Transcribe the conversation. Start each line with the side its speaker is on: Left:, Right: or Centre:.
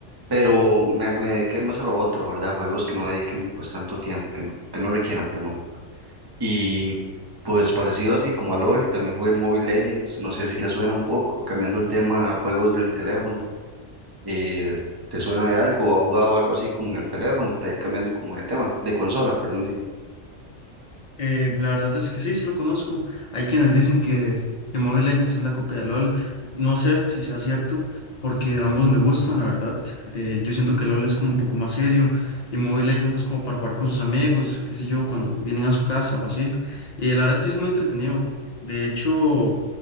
Right: pero me, me dediqué más a lo otro, ¿verdad? Juegos que no dediquen pues tanto tiempo, que no, que no requieran, perdón. Y pues parecido así como a LOL, también jugué Mobile Legends, no sé si le suena un poco, cambiando el tema a juegos del teléfono. Eh, ¿te suena de algo? ¿Ha jugado algo así como en el teléfono para ir cambiando como de tema, de consola, perdón?
Left: Eh, la verdad es que sí, sí lo conozco. Hay quienes dicen que, que Mobile Legends es la copia de LOL. No sé si sea cierto, porque ambos me gustan, la verdad. Eh, yo siento que LOL es como un poco más serio y Mobile Legends es como para jugar con sus amigos, qué sé yo, cuando vienen a su casa o así. Y la verdad sí es muy entretenido. De hecho,